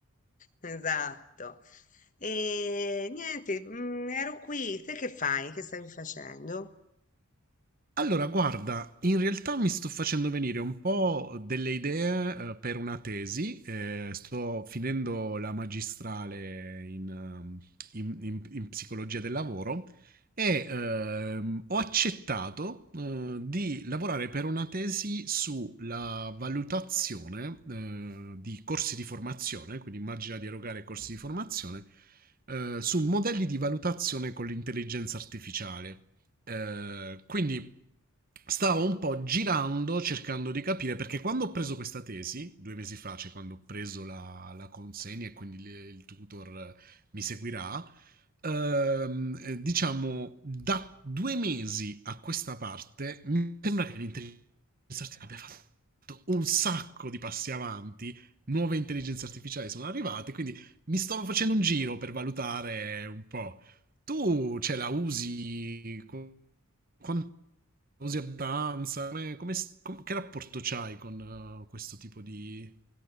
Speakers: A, on the left; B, on the right.
A: Esatto. E niente, mm, ero qui, te che fai? Che stavi facendo?
B: Allora, guarda, in realtà mi sto facendo venire un po' delle idee, eh, per una tesi. eh, sto finendo la magistrale in, ehm, in- in- in psicologia del lavoro e ehm, ho accettato, eh, di lavorare per una tesi sulla valutazione, eh, di corsi di formazione, quindi immagina di erogare corsi di formazione, eh, su modelli di valutazione con l'intelligenza artificiale. Eh, quindi stavo un po' girando cercando di capire perché quando ho preso questa tesi, due mesi fa, cioè quando ho preso la, la consegna e quindi il, il tutor mi seguirà, ehm, eh, diciamo da due mesi a questa parte mi sembra che l'intelligenza artificiale abbia fatto un sacco di passi avanti. Nuove intelligenze artificiali sono arrivate, quindi mi stavo facendo un giro per valutare un po' Tu ce la usi co- quanto usi abbastanza? Come, come- com- che rapporto c'hai con eh, questo tipo di